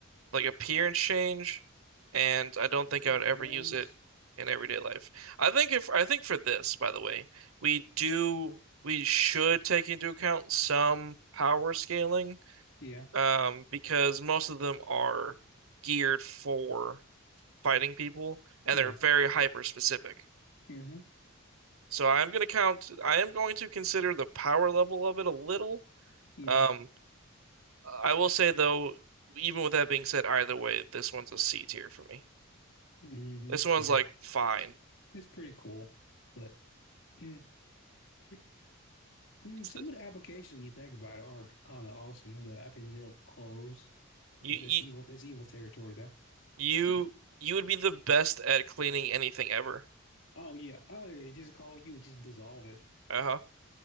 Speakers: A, on the right; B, on the left.
A: like appearance change, and I don't think
B: The
A: I would ever
B: horns.
A: use it in everyday life. I think if I think for this, by the way, we do we should take into account some power scaling,
B: Yeah,
A: um, because most of them are geared for fighting people, and
B: yeah,
A: they're very hyper specific.
B: hmm
A: So I'm gonna count. I am going to consider the power level of it a little.
B: yeah,
A: Um, I will say though, even with that being said, either way, this one's a C tier for me.
B: hmm
A: This one's
B: yeah.
A: like fine.
B: It's it's pretty cool, but mm, pre mm,
A: It's
B: some
A: the-
B: of the applications you think about are kind of awesome. Is that I can melt clothes,
A: you
B: but that's
A: you
B: evil. That's evil territory, though.
A: you
B: <laughs>
A: you would be the best at cleaning anything ever.
B: Oh yeah, oh yeah, just call you, just dissolve it.
A: Uh-huh.